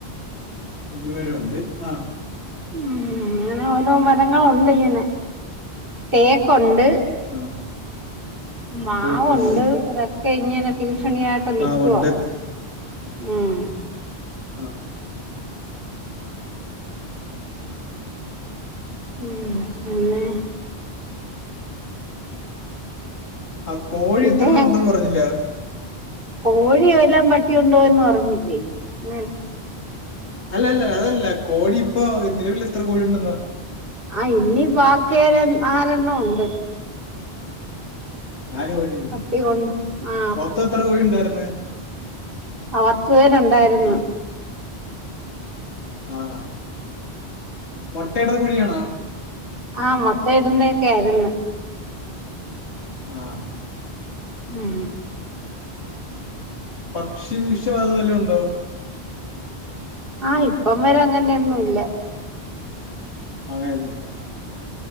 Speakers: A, on the left; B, on the right.
A: ഇനി മരമുണ്ട് ആഹ്
B: ഉം അങ്ങനെ ഓരോ മരങ്ങളുണ്ട് ഇങ്ങനെ. തേക്കുണ്ട്
A: ആ
B: മാവുണ്ട്
A: തേക്കുണ്ട്
B: അതൊക്കെ ഇങ്ങനെ ഭീഷണിയായി ട്ട് നിക്കുവാ
A: മാവുണ്ട്
B: ഉം
A: ആഹ്
B: ഉം പിന്നെ
A: ആ കോഴി
B: പിന്നെ
A: എത്രണം ഉണ്ടന്ന് പറഞ്ഞില്ല.
B: കോഴിയെ എല്ലാം പട്ടിയുണ്ടോയി എന്ന് പറഞ്ഞില്ലേ പിന്നെ എന്നാ
A: അല്ലല്ല അതല്ല കോഴി ഇപ്പോ നിലവില് എത്ര കോഴിയുണ്ടെന്ന് പ
B: ആ ഇനി ബാക്കാക്കിയ ഏഴ നാലണ്ണമുണ്ട്
A: നാല് കോഴിയുണ്ട്
B: പട്ടി കൊണ്ട് ആ
A: മൊത്തം എത്ര കോഴി ഉണ്ടായിന്ന്
B: അത്തവേരുണ്ടായിരുന്നു
A: ആഹ് ആഹ മുട്ടയുടെത് കുഴിയണാ
B: ആഹ മുട്ടയിടുന്നൊക്കെ ആയിരുന്നു
A: ആഹ്
B: ഉം
A: ഭക്ഷവിഷ പതതെല്ലാം ഉണ്ടോ
B: ആഹ് ഇപ്പം വരെ അങ്ങനെയൊന്നും ഇല്ല
A: അതെയന്നണ്ട്